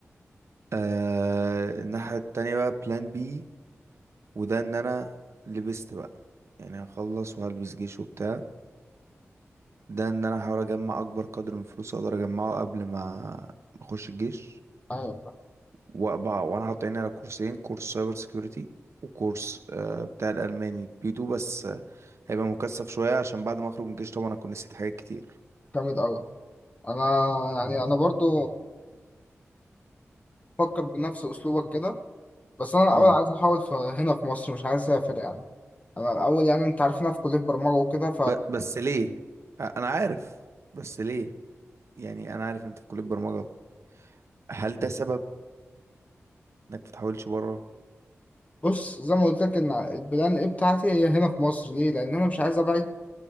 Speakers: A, on the right (about 65°); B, on the left (about 30°).
A: آه الناحيه التانية بقى بلان بي وده ان انا لبست بقى يعني هخلص وهلبس جيش وبتاع ده ان انا احاول اجمع اكبر قدر من الفلوس اقدر اجمعه قبل ما ما اخش الجيش
B: ايوه
A: وأبقى- وانا حاطط عيني على كورسين كورس سايبر سيكيورتي وكورس آه بتاع الالماني بي 2 بس آه، هيبقى مكثف شويه عشان بعد ما اخرج من الجيش طبعا اكون نسيت حاجات كتير
B: جامد قوي انا يعني انا برضو بفكر بنفس اسلوبك كده بس انا الاول
A: امم
B: عايز احاول في هنا في مصر مش عايز اسافر يعني انا الاول يعني انت عارف إن انا في كليه برمجه وكده
A: ب- بس ليه أ- انا عارف بس ليه يعني انا عارف إن انت في كلية برمجة هل ده سبب انك ما تحاولش بره
B: فبص زي ما قلت لك ان البلان ايه بتاعتي هي هنا في مصر ليه لان انا مش عايز ابعد